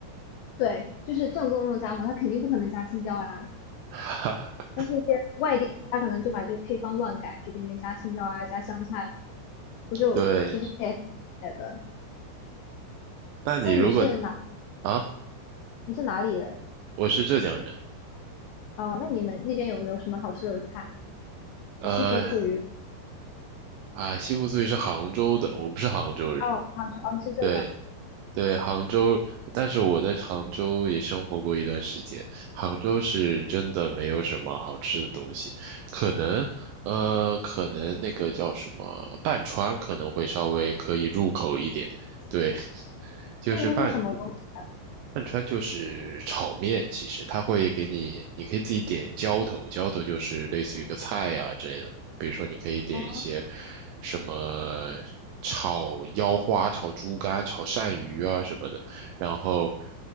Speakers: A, on the left; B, on the right.
A: 对，就是正宗肉夹馍，它肯定不可能加青椒啊。
B: <laughs>
A: 但是，一些外地他可能就把这个配方乱改，就给里面加青椒啊，加香菜，我就其实也
B: 对，
A: 也的。
B: 那你如果
A: 那你是哪？
B: 啊，
A: 你是哪里人？
B: 我是浙江人，
A: 哦，那你们那边有没有什么好吃的菜？
B: 呃，
A: 西湖醋鱼。
B: 啊，西湖醋鱼是杭州的，我不是杭州人。
A: 哦，杭州，哦，你是浙江的，
B: 对，对，杭州，但是我在杭州也生活过一段时间。杭州是真的没有什么好吃的东西，可能，呃，可能那个叫什么，半川可能会稍微可以入口一点。对，就是半
A: 那个是什么东西？
B: 饭川就是炒面，其实它会给你，你可以自己点浇头，浇头就是类似于一个菜呀、之类的。比如说，你可以点一些
A: 哦，
B: 什么炒腰花、炒猪肝、炒鳝鱼啊什么的。然后，